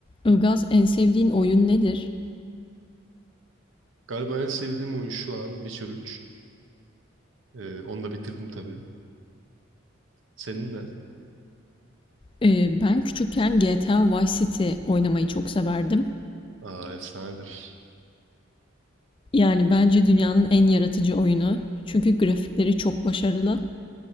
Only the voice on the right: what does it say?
Galiba en sevdiğim oyun şu an Witcher 3. Ee, onu da bitirdim tabii. Senin ne?
Aa efsanedir.